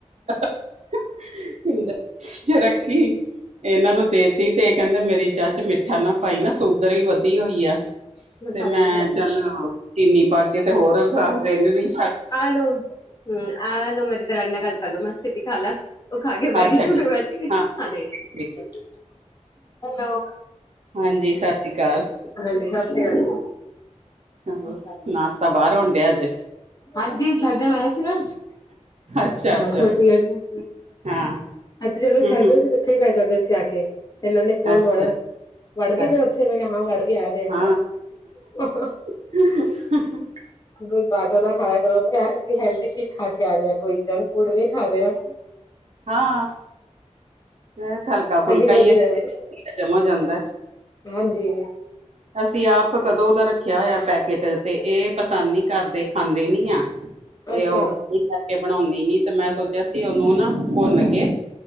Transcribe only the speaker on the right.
<unintelligible> ਰੱਖੀ ਇਹਨਾਂ ਨੂੰ ਦੇਤੀ ਤੇ ਇਹ ਕਹਿੰਦੇ ਮੇਰੀ ਚਾਹ ਚ ਮਿੱਠਾ ਨਾ ਪਾਈ ਨਾ ਸੂਗਰ ਈ ਵਧੀ ਹੋਈ ਆ ਤੇ
ਮੈਂ
ਚੱਲ ਚੀਨੀ ਪਾ ਕੇ ਤੇ ਹੋਰ ਦੇਰ ਰਿਨ ਰਈ
ਅੱਛਾ
ਠੀਕ
ਹਾਂ
ਠੀਕ
ਹਾਂਜੀ ਸਤਿ ਸ਼੍ਰੀ ਅਕਾਲ
ਹੋਰ
ਨਾਸ਼ਤਾ ਬਾਹਰ ਹੋਣ ਡਿਆ ਅੱਜ
ਅੱਛਾ
ਅੱਛਾ
ਹਾਂ
ਹੂੰ
ਹੂੰ
ਅੱਛਾ
ਅੱਛਾ
ਹਾਂ
<unintelligible>
ਹਾਂ ਇਹ ਹਲਕਾ ਫੁਲਕਾ
ਹੈ ਇਹ
ਛੇਤੀ ਹਜਮ ਹੋ ਜਾਂਦਾ
ਅਸੀਂ ਆਪ ਕਦੋਂ ਦਾ ਰੱਖਿਆ ਹੋਇਆ ਪੈਕੇਟ ਤੇ ਇਹ ਪਸੰਦ ਨੀ ਕਰਦੇ ਖਾਂਦੇ ਨੀ ਆ ਤੇ
ਉਹ ਕੁਕਿੰਗ ਕਰਕੇ ਬਣਾਉਦੀ ਨੀ ਤੇ ਮੈਂ ਸੋਚਿਆ ਸੀ ਉਹਨੂੰ ਨਾ ਭੁੰਨ ਕੇ